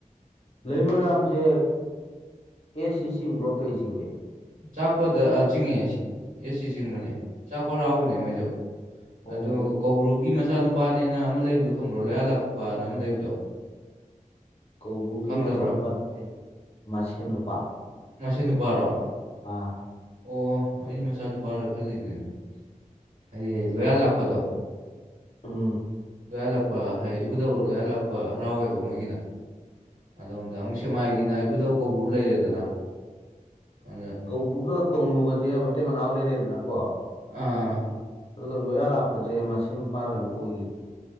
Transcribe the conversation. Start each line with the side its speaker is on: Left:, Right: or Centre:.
Left: ꯂꯩꯃꯔꯥꯝꯖꯦ ꯑꯦ ꯁꯤ ꯆꯡꯤꯕ꯭ꯔꯣ ꯀꯩꯆꯤꯡꯒꯦ
Right: ꯆꯥꯛꯄꯗ ꯑ ꯆꯤꯡꯉꯦ ꯁ ꯑꯦꯁ ꯁꯤ ꯆꯤꯡꯕꯅꯦ ꯆꯥꯛꯄ ꯍꯔꯥꯎꯕꯅꯦ ꯃꯣꯏꯁꯨ
Left: ꯑꯣ
Right: ꯑꯗꯨ ꯀꯧꯕ꯭ꯔꯨꯒꯤ ꯃꯆꯥꯅꯨꯄꯥꯅꯦꯅ ꯑꯃ ꯂꯩꯕꯗꯣ ꯈꯪꯕ꯭ꯔꯣ ꯂꯣꯌꯥꯜꯂꯛꯄꯅ ꯑꯃ ꯂꯩꯕꯗꯣ
Left: ꯀꯧꯕ꯭ꯔꯨꯒꯤ
Right: ꯈꯪꯗꯕ꯭ꯔꯥ
Left: ꯃꯆꯥꯅꯨꯄ ꯇꯦ ꯃꯁꯦꯟ ꯅꯨꯨꯄꯥ
Right: ꯃꯁꯦꯟ ꯅꯨꯄꯥꯔꯣ
Left: ꯑꯥ
Right: ꯑꯣ ꯑꯩꯗꯤ ꯃꯆꯥꯅꯨꯄꯥꯔꯥ ꯈꯜꯂꯤꯅꯤꯅꯦ ꯍꯥꯏꯗꯤ ꯂꯣꯌꯥ ꯂꯥꯛꯄꯗꯣ
Left: ꯎꯝ
Right: ꯂꯣꯌꯥꯂꯥꯛꯄ ꯍꯥꯏ ꯏꯕꯨꯙꯧ ꯂꯣꯌꯥꯂꯥꯛꯄ ꯍꯔꯥꯎꯋꯦꯕ ꯃꯣꯏꯒꯤꯅ ꯑꯗꯣꯝꯗ ꯑꯃꯨꯛ ꯁꯦꯛꯃꯥꯏꯒꯤꯅ ꯏꯕꯨꯙꯧ ꯀꯧꯕ꯭ꯔꯨ ꯂꯩꯔꯦꯗꯅ ꯑꯗꯨꯅ
Left: ꯀꯧꯕ꯭ꯔꯨꯒ ꯀꯧꯅꯨꯒꯖꯦ ꯃꯇꯩ ꯃꯅꯥꯎ ꯂꯩꯔꯦꯗꯅ ꯀꯣ
Right: ꯑꯥ
Left: ꯑꯗꯨꯒ ꯂꯣꯌꯥ ꯂꯥꯛꯄꯁꯦ ꯃꯁꯦꯟ ꯅꯨꯄ ꯄꯥ ꯀꯩꯅꯣ ꯑꯣꯏꯈꯤꯕꯅꯤꯅꯦ